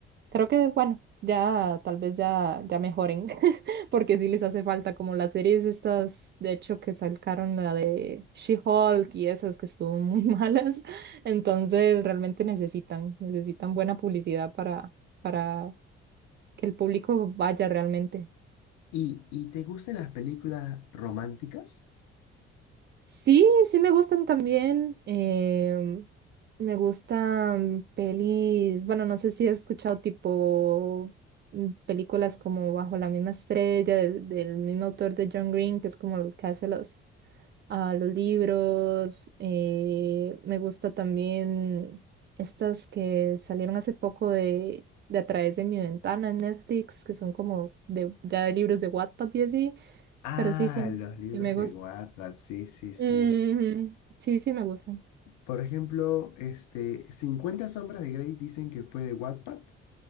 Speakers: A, on the right; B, on the left.
A: Creo que, bueno, ya tal vez ya, ya mejoren, <laughs> porque sí les hace falta como las series estas, de hecho, que sacaron la de She-Hulk y esas que estuvo muy <laughs> malas. Entonces, realmente necesitan, necesitan buena publicidad para, para que el público vaya realmente.
B: ¿Y, y te gustan las películas románticas?
A: Sí, sí me gustan también. em, me gustan pelis, bueno, no sé si he escuchado tipo mm, películas como Bajo la misma estrella, de- del mismo autor de John Green, que es como el que hace los, ah, los libros. eh, me gusta también estas que salieron hace poco de, de A través de mi ventana en Netflix, que son como de, ya de libros de Wattpad y así,
B: Ah,
A: pero sí, sí,
B: los libros
A: me gustan.
B: de Wattpad, sí, sí, sí.
A: Ujú. Sí, sí, me gusta.
B: Por ejemplo, este, cincuenta sombras de Grey dicen que fue de Wattpad.